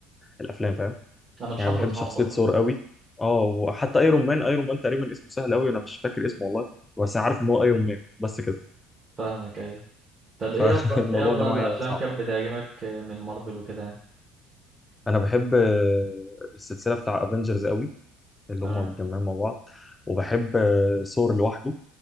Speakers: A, on the left; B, on the right.
A: الافلام فاهم
B: انا مش
A: يعني
B: حافظ
A: بحب
B: اسمهم
A: شخصيه
B: برضه
A: ثور قوي اه وحتى ايرون مان ايرون مان تقريبا اسمه سهل قوي انا مش فاكر اسمه والله بس انا عارف ان هو ايرون مان بس كده
B: فاهمك ايوه طب
A: <laughs>
B: ايه افضل
A: فالموضوع
B: ايه افضل
A: ده معايا
B: الافلام
A: صعب
B: كانت بتعجبك من مارفل وكده يعني؟
A: انا بحب آه، السلسله بتاع افنجرز قوي اللي
B: تمام
A: هم متجمعين مع بعض وبحب آه، ثور لوحده